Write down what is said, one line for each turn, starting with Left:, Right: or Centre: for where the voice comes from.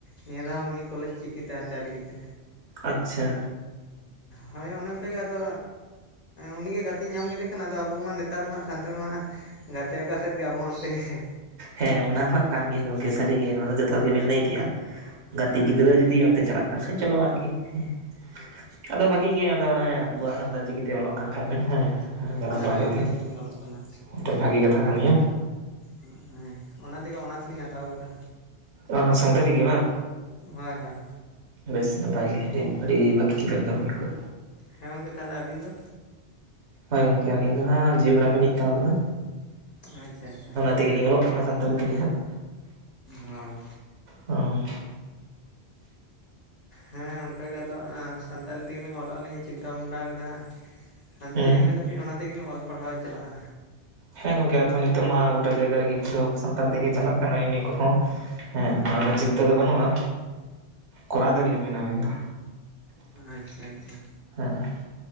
Left: ᱱᱤᱭᱟᱹ ᱫᱷᱟᱣ ᱦᱚᱸ ᱩᱱᱤ ᱠᱚᱞᱮᱡᱽ ᱪᱤᱠᱤ ᱛᱮ ᱦᱟᱛᱟᱣ ᱞᱟᱹᱜᱤᱫ-ᱮ᱾
Right: ᱟᱪᱪᱷᱟ᱾
Left: ᱦᱳᱭ ᱚᱱᱮ ᱚᱝᱠᱟ ᱜᱮ ᱟᱫᱚ ᱩᱱᱤ ᱜᱮ ᱜᱟᱛᱮᱧ ᱧᱟᱢ ᱠᱮᱫᱮ ᱠᱷᱟᱱ ᱟᱫᱚ ᱟᱵᱚ ᱢᱟ ᱱᱮᱛᱟᱨ ᱢᱟ ᱦᱟᱸᱜ ᱥᱟᱱᱛᱟᱲ ᱢᱟ ᱦᱟᱸᱜ ᱜᱟᱛᱮ ᱚᱠᱟ ᱥᱮᱫ ᱜᱮ ᱟᱵᱚ ᱦᱚᱸ ᱚᱱᱛᱮ ᱜᱮ᱾
Right: ᱦᱮᱸ ᱚᱱᱟ ᱢᱟ ᱠᱟᱱ ᱜᱮ ᱜᱚᱝᱠᱮ ᱥᱟᱨᱤ ᱜᱮ ᱱᱚᱣᱟ ᱫᱚ ᱡᱚᱛᱷᱟᱛ ᱜᱮᱵᱮᱱ ᱞᱟᱹᱭ ᱠᱮᱜᱼᱟ, ᱜᱟᱛᱮ
Left: ᱦᱳᱭ
Right: ᱜᱤᱫᱽᱨᱟᱹ ᱡᱩᱫᱤ ᱚᱱᱛᱮ ᱪᱟᱞᱟᱜ <inaudible> ᱠᱷᱟᱡ ᱪᱚᱞᱚ ᱟᱨᱠᱤ ᱦᱮᱸ, ᱟᱫᱚ ᱵᱷᱟᱜᱤ ᱜᱮᱭᱟ ᱟᱫᱚ ᱦᱮᱸ ᱮᱸ ᱟᱵᱚᱣᱟᱜ ᱥᱟᱱᱛᱟᱲ ᱪᱤᱠᱤ ᱛᱮ ᱚᱞᱚᱜ ᱠᱟᱱ ᱠᱷᱟᱡ ᱵᱮᱱ ᱦᱮᱸ ᱡᱟᱱᱟᱢ
Left: ᱦᱳᱭ
Right: ᱯᱟᱨᱥᱤ
Left: ᱦᱳᱭ ᱚᱱᱟ
Right: ᱛᱮ᱾
Left: ᱛᱮᱜᱮᱞᱤᱧ ᱚᱞᱚᱜ ᱠᱟᱱᱟ
Right: ᱢᱤᱫᱴᱟᱹᱝ ᱵᱷᱟᱜᱤ ᱠᱟᱛᱷᱟ ᱠᱟᱱ ᱜᱮᱭᱟ᱾
Left: ᱦᱮᱸ ᱚᱱᱟ ᱛᱮᱜᱮ ᱚᱱᱟᱨᱥ ᱞᱤᱧ ᱦᱟᱛᱟᱣ ᱟᱠᱟᱫᱟ᱾
Right: ᱚᱦᱚ ᱥᱟᱱᱛᱟᱞᱤ ᱜᱮ ᱵᱟᱝ?
Left: ᱦᱳᱭ ᱦᱳᱭ
Right: ᱵᱮᱥ ᱱᱟᱯᱟᱭ ᱜᱮ ᱟᱹᱰᱤ ᱟᱹᱰᱤ ᱵᱷᱟᱹᱜᱤ ᱜᱮᱵᱮᱱ ᱠᱟᱹᱢᱤ ᱠᱟᱜᱼᱟ᱾
Left: ᱦᱮᱸ ᱜᱚᱝᱠᱮ ᱛᱟᱦᱚᱞᱮ ᱟᱵᱤᱱ ᱫᱚ?
Right: ᱦᱚᱭ ᱜᱚᱝᱠᱮ ᱟᱹᱞᱤᱧ ᱫᱚ ᱦᱟᱸᱜ ᱡᱤᱭᱳᱜᱨᱟᱯᱷᱤ ᱞᱤᱧ ᱦᱟᱛᱟᱣ ᱠᱟᱫᱟ᱾
Left: ᱟᱪᱪᱷᱟ ᱟᱪᱪᱷᱟ᱾
Right: ᱛᱮᱜᱮᱞᱮᱧ ᱚᱞᱚᱜ ᱠᱟᱱᱟ ᱥᱟᱱᱛᱟᱞᱤ ᱛᱮᱜᱮ ᱦᱟᱸᱜ᱾
Left: ᱚᱸᱻ᱾
Right: ᱦᱚᱸ᱾
Left: ᱦᱮᱸ ᱚᱝᱠᱟ ᱜᱮ ᱟᱫᱚ ᱥᱟᱱᱛᱟᱞᱤ ᱛᱮᱜᱮ ᱞᱤᱧ ᱚᱞᱚᱜ ᱟᱹᱞᱤᱧ ᱪᱤᱱᱛᱟᱹ ᱵᱷᱟᱰᱱᱟ ᱠᱟᱫᱟ ᱦᱟᱸᱜ᱾ ᱦᱟᱱᱛᱮ
Right: ᱦᱩᱸ
Left: ᱮᱢ. ᱮ. ᱫᱷᱟᱵᱤᱡ ᱚᱱᱟ ᱛᱮᱜᱮᱞᱤᱧ ᱚᱞ ᱯᱟᱲᱦᱟᱣ ᱪᱟᱞᱟᱜᱼᱟ᱾
Right: ᱦᱮᱸ ᱜᱚᱢᱠᱮ ᱟᱫᱚ ᱱᱤᱛᱚᱜ ᱢᱟ ᱜᱚᱴᱟ ᱡᱟᱭᱜᱟ ᱨᱮᱜᱮ ᱠᱷᱩᱨᱟᱹᱣ ᱥᱟᱱᱛᱟᱲ ᱛᱮᱜᱮ ᱪᱟᱞᱟᱜ ᱠᱟᱱᱟ ᱮᱢ ᱢᱤ ᱠᱚᱦᱚᱸ᱾ ᱦᱮᱸ
Left: ᱦᱳᱭ
Right: ᱚᱱᱟ ᱨᱮᱱᱟᱜ ᱪᱤᱱᱛᱟᱹ ᱫᱚ ᱵᱟᱹᱱᱩᱜᱼᱟ ᱠᱚᱨᱟᱣ ᱫᱟᱲᱮᱭᱟᱜ ᱵᱮᱤᱱ ᱟᱵᱤᱱ ᱫᱚ᱾
Left: ᱟᱪᱪᱷᱟ ᱟᱪᱪᱷᱟ᱾
Right: ᱦᱮᱸ